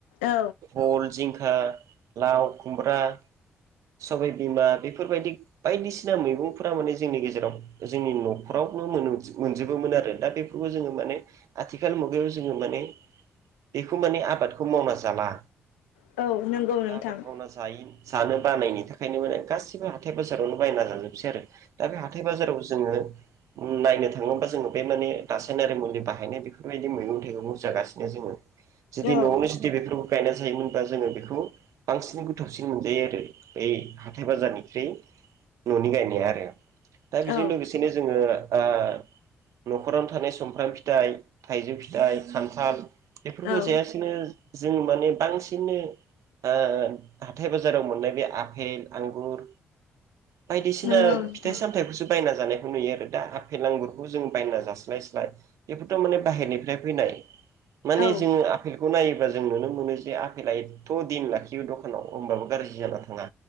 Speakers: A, on the left (about 85°); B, on the right (about 65°).
A: औ
B: भल जिंखा लाव खुमब्रा सबाय बिमा बेफोरबायदि बायदिसिना मैगंफोरा माने जोंनि गेजेराव जोंनि नखराव नो मोनजोबोमोन आरो दा बेफोरखौ जोङो माने आथिखाल मु गायाव जोङो माने बेखौ माने आबादखौ मावना जाला
A: औ नंगौ नोंथां
B: दा आबाद मावना जायै जानो बानायनि थाखायनो माने गासिबो हाथाइ बाजारावनो बायना जाजोबसै आरो दा बे हाथाइ बाजाराव जोङो नायनो थाङोबा जोङो बे माने रासायनारि मुलि बाहायनाय बेफोरबायदि मैगं थाइगंखौ जागासिनो जोङो जुदि
A: औ
B: न आवनो जुदि बेफोरखौ गायना जायोमोनबा जोङो बेखौ बांसिन गोथावसिन मोनजायो आरो बै हाथाइ बाजारनिख्रुय ननि गायनाया आरो दा बेजों
A: औ
B: लोगोसेनो जोङो ओ नखरावनो थानाय सुमफ्राम फिथाइ थाइजौ फिथाइ खान्थाल बेफोरखौ
A: औ
B: जायासेनो जों माने बांसिननो ओ हाथाइ बाजाराव मोननाय बे आफेल आंगुर बायदिसिना
A: नंगौ नोंथां
B: फिथाइ सामथाइखौसो बायना जानायखौ नुयो आरो दा आफेल आांगुरखौ जों बायना जास्लायस्लाय बेफोरथ माने बाहेरनिफ्राय फैनाय माने
A: औ
B: जोङो आफेलखौ नायोबा जों नुनो मोनो जे आफेला एथ दिन लाखियो दखानाव होमबाबो गाज्रि जाना थाङा